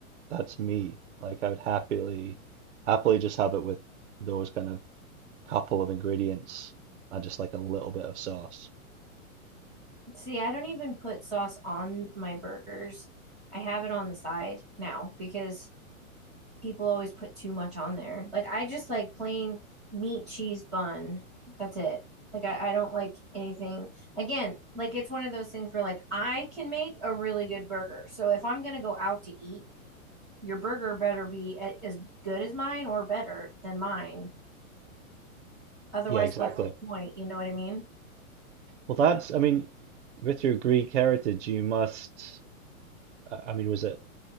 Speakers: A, on the right; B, in the centre.
A: that's me. Like I would happily happily just have it with those kind of couple of ingredients and just like a little bit of sauce.
B: See, I don't even put sauce on my burgers. I have it on the side now because people always put too much on there. Like I just like plain meat cheese bun. That's it. Like I, I don't like anything. Again, like it's one of those things where like I can make a really good burger. So if I'm gonna go out to eat, your burger better be a- as good as mine or better than mine. Otherwise,
A: Yeah, exactly.
B: what's the point? You know what I mean?
A: Well, that's, I mean, with your Greek heritage, you must, I I mean, was it